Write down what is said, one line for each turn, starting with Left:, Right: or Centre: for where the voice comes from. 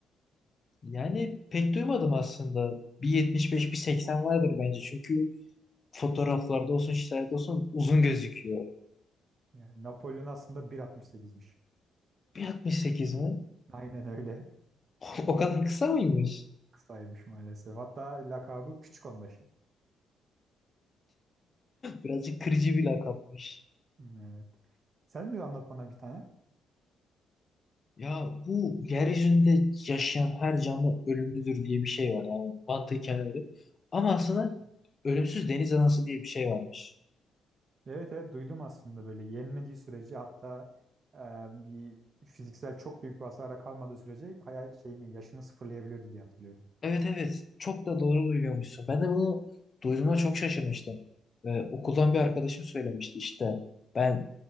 Left: Yani pek duymadım aslında. Bir 75 bir 80 vardır bence. Çünkü fotoğraflarda olsun şeylerde olsun uzun gözüküyor.
Right: Yani Napolyon aslında 1.68'miş.
Left: Bir 68 mi?
Right: Aynen öyle.
Left: <laughs> O kadar kısa mıymış?
Right: Kısaymış maalesef. Hatta lakabı Küçük Onbaşı.
Left: Birazcık kırıcı bir lakapmış.
Right: Evet. Sen de anlat bana bir tane.
Left: Ya bu yeryüzünde yaşayan her canlı ölümlüdür diye bir şey var yani mantıken öyle. Ama aslında ölümsüz deniz anası diye bir şey varmış.
Right: Evet evet duydum aslında böyle yenmediği sürece hatta e, bir fiziksel çok büyük bir hasara kalmadığı sürece hayal şeyini yaşını sıfırlayabiliyordu diye hatırlıyorum.
Left: Evet evet çok da doğru duyuyormuşsun. Ben de bunu duyduğuma çok şaşırmıştım. Ee, okuldan bir arkadaşım söylemişti işte ben